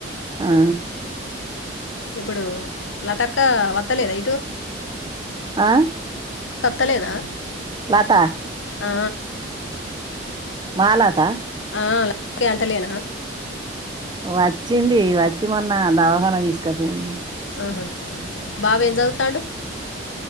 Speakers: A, on the right; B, on the left.
A: ఆ
B: ఇప్పుడు లతక్క వత్తలేదా ఇటు
A: ఆ
B: అత్తలేదా
A: నాతా
B: ఆ
A: మాలతా
B: ఆ లతే అంతలేనా
A: వచ్చింది వచ్చి మొన్న దవాఖానా తీసుకపోయింది
B: ఆహా బాబు ఎమ్ చదువుతండు